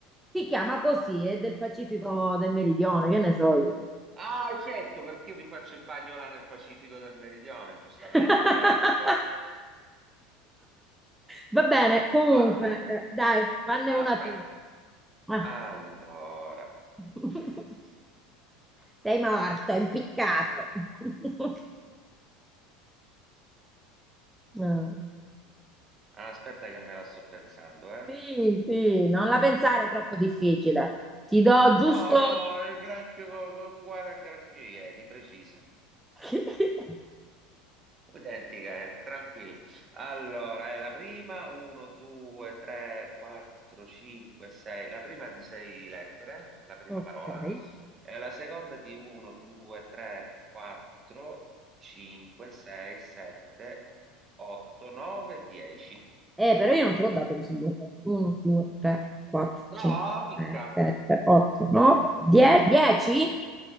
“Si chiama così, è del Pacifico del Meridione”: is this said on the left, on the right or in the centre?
Centre